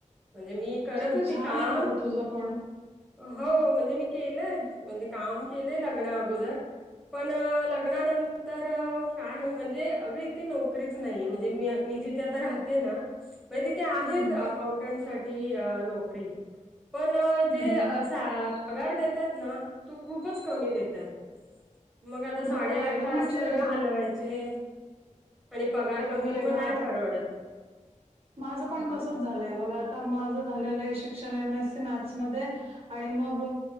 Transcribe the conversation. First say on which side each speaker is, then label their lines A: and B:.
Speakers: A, in the centre; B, on the right.
A: म्हणजे मी करत
B: अच्छा
A: होती
B: छान
A: काम
B: आहे ना गं तुझं पण
A: हो म्हणजे मी केलंय म्हणजे काम केलंय लग्ना अगोदर पण लग्नानंतर काय म्हणजे? अगं इथे नोकरीच नाहीये,, म्हणजेी मी जिथे आता राहते ना, मग तिथे आहेऽ
B: हं
A: अकाउंटंसाठी नोकरी,, पण
B: हं
A: जे
B: हं
A: अ पगार देतात ना,, तो खूपच कमी देतात. मग आता साडेआठ
B: बरोबर आहे गं
A: तास
B: म्हणजे
A: हलवायचे. आणि पगार
B: बरोबर
A: कमी
B: आहे
A: मग
B: गं
A: नाही
B: आता
A: परवडत.
B: माझं पण
A: हा
B: तसच झालंय बघ, आता माझं झालेलं आहे शिक्षण एम एस सी मॅथ्समध्ये आणि मग,